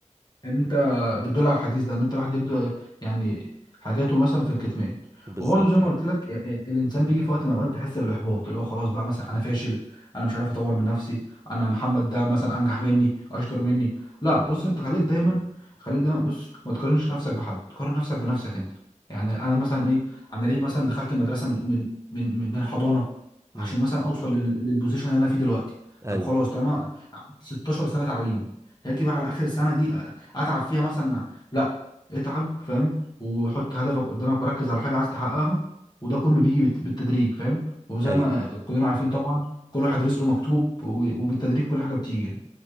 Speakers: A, on the left; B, on the right.
A: انت بتدل على الحديث ده ان انت واحد يقدر يعني حاجاته مثلا في الكتمان
B: بالظبط
A: وبرضه زي ما
B: كده
A: قلت لك ال- ال- الانسان بيجي في وقت من الاوقات بيحس بالاحباط اللي هو خلاص بقى مثلا انا فاشل انا مش عارف اطور من نفسي انا محمد ده مثلا انجح مني اشطر مني لا بص انت خليك دايما خليك دايما بص ما تقارنش نفسك بحد قارن نفسك بنفسك انت يعني انا مثلا ايه انا ليه مثلا دخلت المدرسه من من من من من حضانه عشان
B: امم
A: مثلا اوصل لل- للبوزيشن اللي انا فيه دلوقتي
B: ايوه
A: طب خلاص طالما 16 سنه تعليم هاجي بقى على اخر سنه دي اتعب فيها مثلا لا اتعب فاهم وحط هدفك قدامك وركز على حاجه عايز تحققها وده كله بيجي بالت- بالتدريج فاهم وزي
B: ايوه
A: ما كلنا عارفين طبعا كل واحد رزقه مكتوب و- وبالتدريج كل حاجه بتيجي يعني